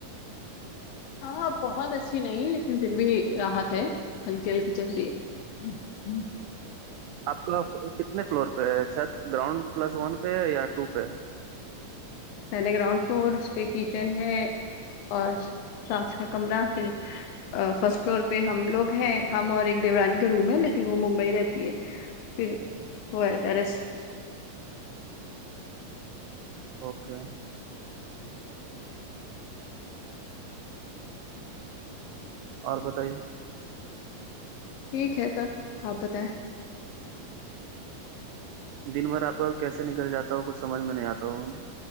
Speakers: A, on the left; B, on the right.
A: ہاں بہت اچھی نہیں لیکن پھر بھی ایک راحت <unintelligible> ہےی جلدی جلدی ہ ہوں
B: آپ کا کتنے فلور پہ ہے چھت گراؤنڈ پلس ون پہ یا ٹو پہ
A: پہلے گراؤنڈ فلور اس پہ کچن ہے اور ساس کا کمرہ پھر فرسٹ فلور پہ ہم لوگ ہیں ہم اور ایک دیورانی کا روم ہے لیکن وہ ممبئی رہتی ہے پھر ہود رس
B: اوکے اور بتائیے
A: ٹھیک ہے سب آپ بتائیں
B: دن بھر آپ کا کیسے نکل جاتا ہو کچھ سمجھ میں نہیں آتا ہویں